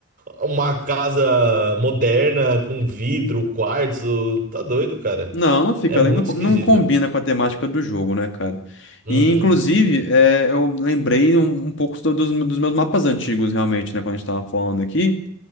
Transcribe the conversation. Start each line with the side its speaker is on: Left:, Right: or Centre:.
Right: <laughs> uma casa moderna com vidro, quartzo, tá doido, cara.
Left: Não, não fica,
Right: É muito
Left: né? não,
Right: esquisito.
Left: não combina com a temática do jogo, né, cara?
Right: Uhum,
Left: E, inclusive, é, eu lembrei um, um pouco do- dos, dos meus mapas antigos, realmente, né, quando a gente tava falando aqui.